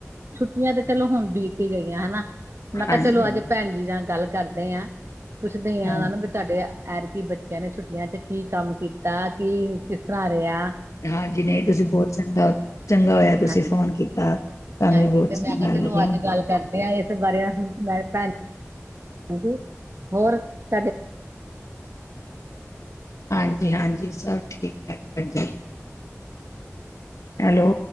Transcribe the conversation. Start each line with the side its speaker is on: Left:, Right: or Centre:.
Right: ਛੁੱਟੀਆਂ ਤਾਂ ਚਲੋ ਹੁਣ ਬੀਤੀ ਹੀ ਗਈਆਂ ਹਨਾ। ਮੈਂ ਕਿਹਾ
Left: ਹਾਂਜੀ
Right: ਚਲੋ ਅੱਜ ਭੈਣ ਜੀ ਨਾਲ ਗੱਲ ਕਰਦੇ ਆ। ਪੁੱਛਦੇ
Left: ਹਾਂ
Right: ਆ ਵੀ ਤੁਹਾਡੇ ਐਰਕੀ ਬੱਚਿਆਂ ਨੇ ਛੁੱਟੀਆਂ ਚ ਕੀ ਕੰਮ ਕੀਤਾ ਕੀ। ਰਿਆ
Left: ਹਾਂਜੀ ਨਹੀਂ ਤੁਸੀਂ ਬਹੁਤ ਚੰਗਾ ਚੰਗਾ ਹੋਇਆ ਤੁਸੀਂ
Right: ਹਾਂਜੀ
Left: ਫੋਨ ਕੀਤਾ। ਸਾਨੂੰ
Right: ਹਾਂਜੀ
Left: ਵੀ ਬਹੁਤ
Right: ਤੇ
Left: ਚੰਗਾ
Right: ਮੈਂ ਕਿਹਾ
Left: ਲੱਗਿਆ
Right: ਚਲੋ ਅੱਜ ਗੱਲ ਕਰਦੇ ਹਾਂ ਇਸ ਬਾਰੇ ਮੈਂ ਭੈਣ। ਹਾਂਜੀ ਹੋਰ ਤੁਹਾਡੇ
Left: ਹਾਂਜੀ ਹਾਂਜੀ ਸਭ ਠੀਕ ਠਾਕ ਹੈ ਭੈਣਜੀ। ਹੈਲੋ।